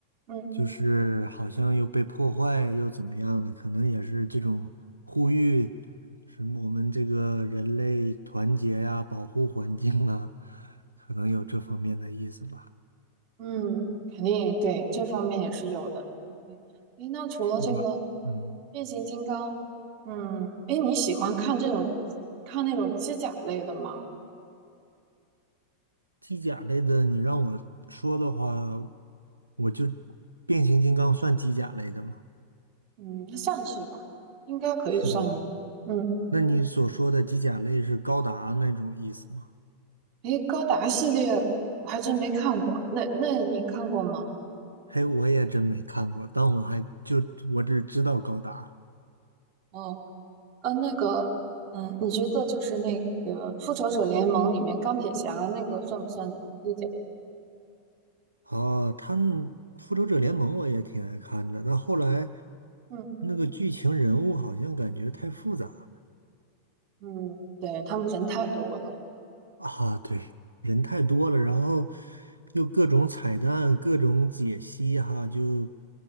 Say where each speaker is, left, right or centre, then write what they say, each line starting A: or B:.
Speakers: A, on the right; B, on the right.
A: 嗯
B: 就是好像又被破坏又怎么样的，可能也是这种呼吁，什么我们这个人类团结呀、保护环境啊，可能有这方面的意思吧，
A: 嗯，肯定对这方面也是有的。对，诶，那除了这个
B: 是吧？嗯，
A: 变形金刚，嗯，诶，你喜欢看这种看那种机甲类的吗？
B: 机甲类的，你让我说的话，我就变形金刚算机甲类的吗？
A: 嗯，那算是吧，应该可以算的。
B: 是吧？
A: 嗯，
B: 那你所说的机甲类是高达那种意思吗？
A: 诶，高达系列我还真没看过，那那你看过吗？
B: 嘿，我也真没看过，但我还就我只知道高达
A: 哦，呃，那个，嗯，你觉得就是那个《复仇者联盟》里面钢铁侠那个算不算机甲？
B: 啊，他们《复仇者联盟》我也挺爱看的，但后来
A: 嗯。
B: 那个剧情人物好像感觉太复杂了
A: 嗯，对，他们人太多了。
B: 啊，对，人太多了，然后又各种彩蛋、各种解析哈，就